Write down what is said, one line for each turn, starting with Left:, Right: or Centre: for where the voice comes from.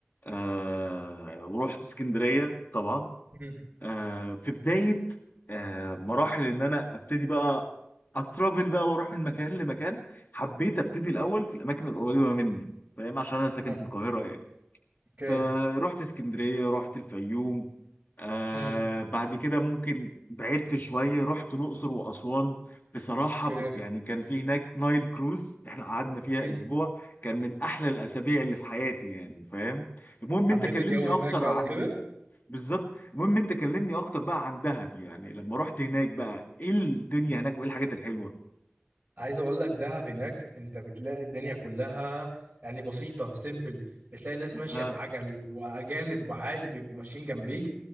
Left: آه ورحت اسكندرية طبعا
Right: امم
Left: آه في بداية آه مراحل ان انا ابتدي بقى اترافل بقى واروح من مكان لمكان حبيت ابتدي الاول في الاماكن القريبة مني فاهم عشان انا ساكن
Right: آه.
Left: في القاهرة
Right: اوكي
Left: فرحت اسكندرية رحت الفيوم آه
Right: امم
Left: بعد كده ممكن بعدت شوية رحت الأقصر وأسوان بصراحة
Right: اوكي
Left: يعني كان في هناك نايل كروز احنا قعدنا فيها
Right: امم
Left: أسبوع كان من أحلى الأسابيع اللي في حياتي يعني فاهم المهم
Right: حبيت
Left: أنت كلمني
Right: الجو
Left: أكتر
Right: هناك بقى
Left: عن
Right: وكده
Left: بالظبط المهم أنت كلمني أكتر بقى عن دهب يعني لما رحت هناك بقى إيه الدنيا هناك وإيه الحاجات الحلوة؟
Right: عايز اقول لك دهب هناك انت بتلاقي الدنيا كلها يعني بسيطة سيمبل بتلاقي الناس
Left: أها
Right: ماشية بعجل واجانب عادي بيبقوا ماشيين جنبيك